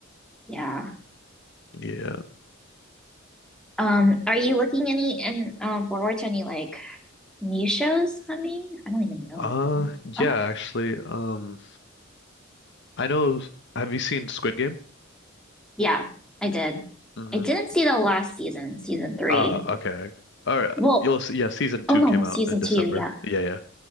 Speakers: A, in the centre; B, on the left.
A: yeah.
B: Yeah.
A: Um, are you looking any and um forward to any like new shows coming? I don't even know
B: Uh,
A: if them.
B: yeah,
A: Oh,
B: actually, um, I know, have you seen Squid Game?
A: yeah, I did.
B: hmm
A: I didn't see the last season, season three.
B: Ah, okay. All right.
A: Well,
B: You'll see, yeah, season
A: Oh
B: two
A: no,
B: came
A: no, season
B: out in
A: two.
B: December.
A: Yeah,
B: Yeah, yeah.